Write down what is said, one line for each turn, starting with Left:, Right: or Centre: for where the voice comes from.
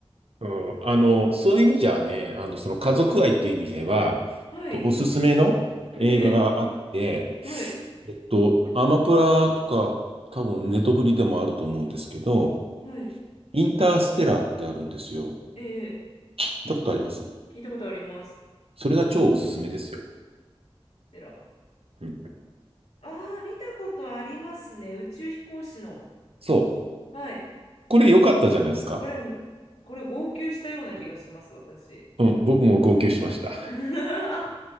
Right: うん、あの、そういう意味じゃね、あの、その家族愛っていう意味では、
Left: はい。
Right: とおすすめの映画があって、
Left: ええ、はい。
Right: えっと、アマプラとか、多分ネトフリでもあると思うんですけど、
Left: はい。はい
Right: インターステラーってあるんですよ。
Left: ええ。
Right: 聞いたことあります
Left: 聞いたことあります。
Right: それが超おすすめですよ。
Left: テラ。
Right: うん。
Left: ああ、見たことありますね。宇宙飛行士の。
Right: そう。
Left: はい。
Right: これ良かったじゃないですか。
Left: あ、これ、これ、号泣したような気がします、私。
Right: うん。僕も号泣しました。
Left: <laughs> あ、